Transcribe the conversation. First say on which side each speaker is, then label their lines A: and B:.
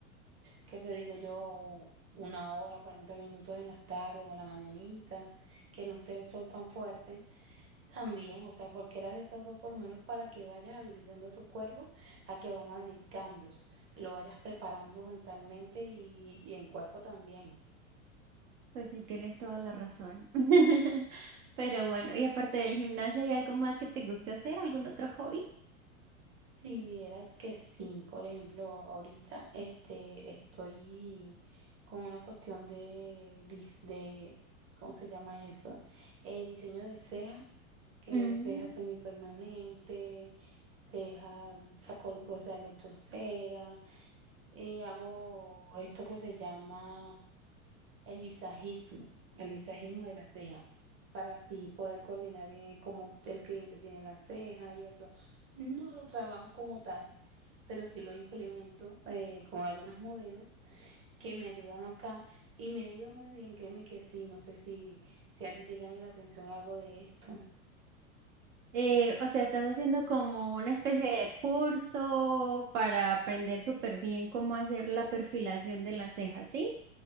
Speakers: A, on the right; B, on the right.
A: que te digo yo, una hora, 40 minutos en las tardes o en la mañanita, que no esté el sol tan fuerte también, o sea, cualquiera de esas dos, por lo menos para que vayas habilitando tu cuerpo a que van a venir cambios, lo vayas preparando mentalmente y, y en cuerpo también.
B: Pues sí, tienes toda la razón. <laughs> Pero bueno, y aparte del gimnasio, ¿hay algo más que te guste hacer? ¿Algún otro hobby?
A: Si vieras que sí, por ejemplo, ahorita este, estoy con una cuestión de, dis- de ¿cómo se llama eso? Eh, diseño de ceja, que
B: Mm.
A: ceja semipermanente, ceja, saco, o sea, le echo cera Eh, hago esto que se llama el visajismo, el visajismo de la ceja, para así poder coordinar bien el- cómo el cliente tiene la ceja y eso. No lo trabajo como tal, pero sí lo implemento eh, con algunos modelos que me ayudan acá y me ha ido muy bien, créeme que sí, no sé si, si a ti te llame la atención algo de esto.
B: Eh, o sea, estás haciendo como una especie de curso para aprender súper bien cómo hacer la perfilación de las cejas, ¿sí?